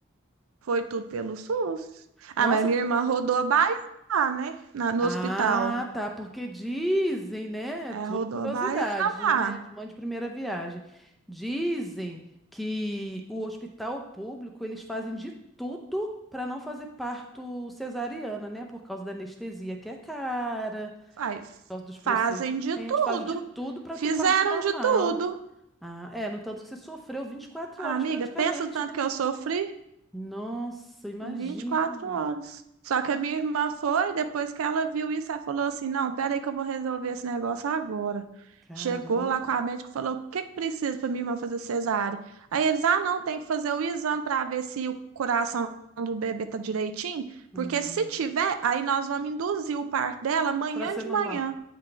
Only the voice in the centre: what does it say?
Nossa.
p-
Ah,
tá, porque dizem, né?
Tudo
curiosidade,
né? De mãe de primeira viagem. Dizem que o hospital público, eles fazem de tudo para não fazer parto cesariana, né? Por causa da anestesia que é cara,
por causa dos
procedimentos,
fazem de tudo para
ter parto normal.
Ah, é, no tanto que você sofreu 24
horas
praticamente,
né?
Nossa, imagino.
Caramba.
Hum,
para ser
normal.